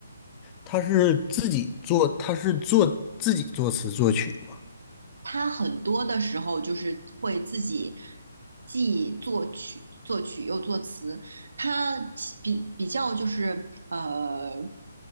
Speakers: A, on the left; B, on the right.
A: 他是自己做，他是做自己作词作曲嘛。
B: 他很多的时候就是会自己既作曲作曲又作词，他比比较就是呃，